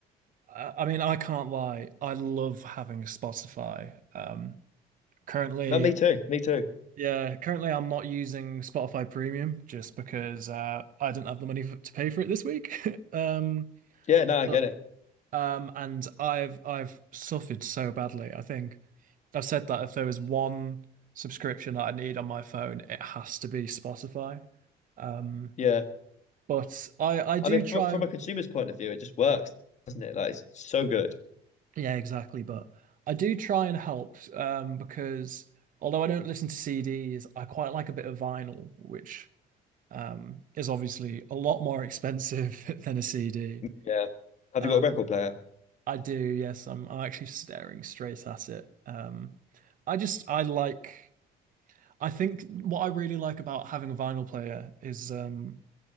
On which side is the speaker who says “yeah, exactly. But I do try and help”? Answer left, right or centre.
Right